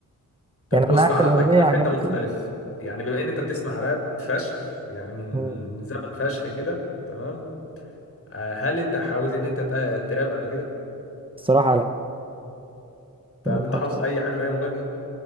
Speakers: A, on the left (about 40°); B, on the right (about 15°).
A: طب
B: يعني
A: بص
B: أنا
A: تعالى
B: آخر
A: اخدك
B: أغنية
A: كده في
B: عجبته
A: حته مختلف يعني بما ان انت بتسمع راب فشخ يعني من
B: مم.
A: من زمن فشخ كده تمام آه، هل انت حاولت ان انت تق- تراب قبل كده
B: الصراحة لا
A: طب
B: عشان ما اضحكش
A: انت حافظ
B: عليك
A: اي حاجه لاي مغني